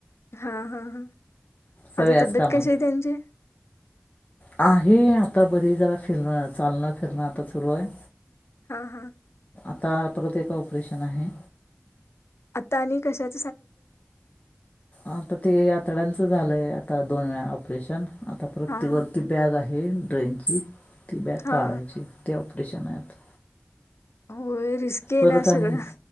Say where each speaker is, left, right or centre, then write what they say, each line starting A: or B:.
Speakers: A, on the left; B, on the left.
A: हा हा हा
B: सगळ्याच
A: आता तब्येत
B: कामाला
A: कशी आहे त्यांची
B: आहे. आता बरी जरा फिरण चालणं फिरणं आता सुरू आहे.
A: हा हा
B: हा परत एक ऑपरेशन आहे.
A: आता आणि कशात
B: आता ते आतड्यांचं झालंय आता दोन वेळा ऑपरेशन आता परत
A: हा
B: ती
A: हा
B: वरती बॅग आहे ड्रेनची ती बॅग
A: हा
B: काढायची
A: हा
B: त्या ऑपरेशन हाय आता
A: होय रिस्की
B: परत
A: ना
B: आणि
A: सगळ्या